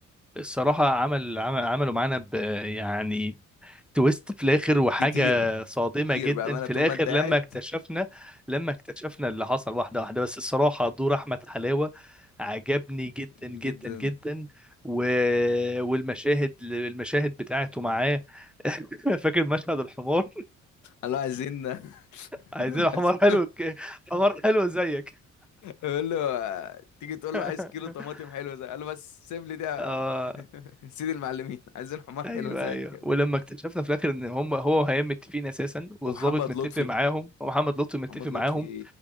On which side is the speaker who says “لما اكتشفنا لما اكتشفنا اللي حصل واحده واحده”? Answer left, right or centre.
Centre